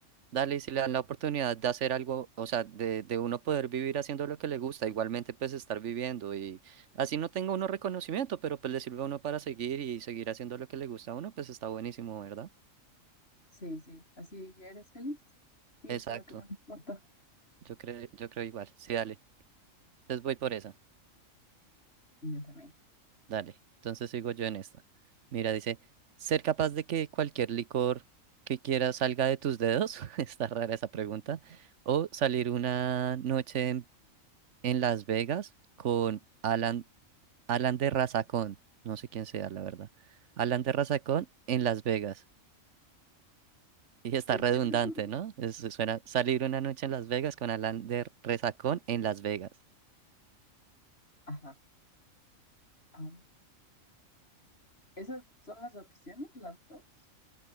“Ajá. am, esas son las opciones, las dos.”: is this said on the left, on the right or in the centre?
Left